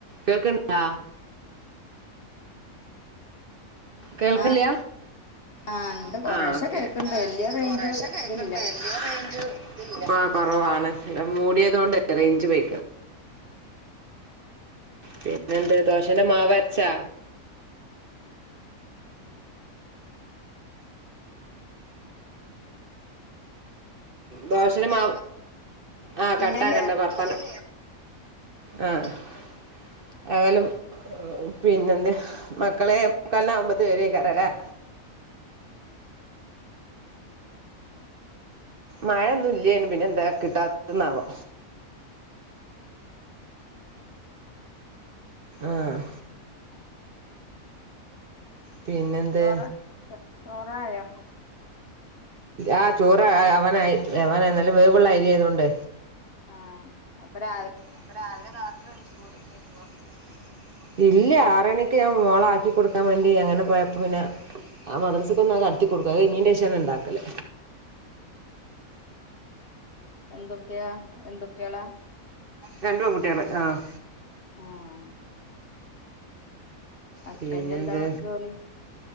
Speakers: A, on the right; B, on the left.
A: കേൾക്കണ്ടാ? കേൾക്കില്ല?
B: ആഹ് ആഹ്
A: ആ
B: ഇണ്ട് കൊറേശെ
A: ആ
B: കേക്ക്ണ്ട്
A: ഇണ്ട്
B: വല്യ റേഞ്ച്
A: കൊറശെ കേക്കണ്ട്
B: ഇതില്ല
A: വലിയ റേഞ്ച് അപ്പൊ കുറവാണ് അല്ല മൂടിയതൊണ്ട് റേഞ്ച് പോ പിന്നെന്ത് ദോഷന്റെ മാവ് അരച്ചാ? ദോഷൻ്റെ മാ ആ കട്ടാക്കണ്ട
B: ഇല്ലല്ലേ
A: വർത്താനം ആ <unintelligible> പിന്നെ എന്ത് മക്കളെ മുക്കാലിന ആവുമ്പത്ത <unintelligible> <unintelligible> മഴൊന്നും ഇല്ല ഇന്ന് പിന്നെ എന്താ കിട്ടാത്തന്നാവോ. ആ. പിന്നെന്ത്
B: ചോറ ചോറായോ?
A: ആ ചോറ് ആവനായി അവന നല്ല വേവുള്ള അരി ആയതൊണ്ട്
B: ആഹ് അപ്പരാ
A: അപ്പ രാവിലെ <inaudible> ഇല്ല ആറ്ണിക്ക് ഞാൻ മോള ആക്കി കൊടുക്കാൻ വേണ്ടി എങ്ങനെ പോയപ്പ പിന്നെ ആ മദ്രസക്കൊ <unintelligible> കൊടുക്കുക അത് കഴിഞ്ഞതിൻ്റെ ശേഷം ഉണ്ടാക്കല്.
B: എന്തൊക്കയാ എന്തൊട്ടികളാ?
A: രണ്ട് പെൺകുട്ടികള് ആഹ്.
B: ആഹ്. ഹസ്ബൻഡ്
A: പിന്നെന്താ?
B: എന്താ ജോലി